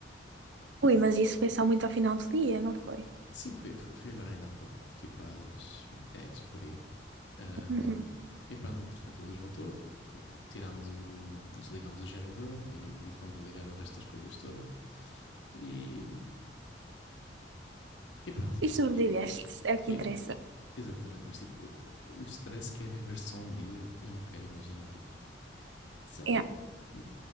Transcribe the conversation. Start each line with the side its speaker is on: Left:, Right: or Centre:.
Right: Ui, mas isso foi só muito ao final do dia, não foi?
Left: Sim, foi, foi agora ainda há pouco, tipo às 10 por aí. Ahm,
Right: Uhum.
Left: e pronto, entretanto a luz voltou, fo- fo- tirámos o, desligámos o gerador e, e fomos ligar o resto das coisas todas e, e pronto.
Right: E sobreviveste,
Left: E,
Right: é o que
Left: e-
Right: interessa.
Left: exatamente, mas tipo, o stress que é viver só um dia, eu não quero imaginar, tipo, sei lá,
Right: É.
Left: m-